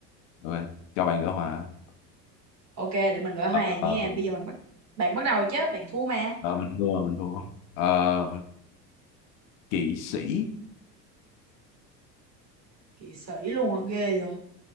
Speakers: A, on the left; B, on the right.
A: ok cho bạn gỡ hòa
B: Ok, để mình gọi hòa
A: ờ, ờ,
B: nha. Bây giờ mình bắt bạn bắt đầu chứ, bạn thua mà.
A: ờ, mình thua mình thua ờ, kỵ sĩ
B: Kỵ sĩ luôn à, ghê rồi.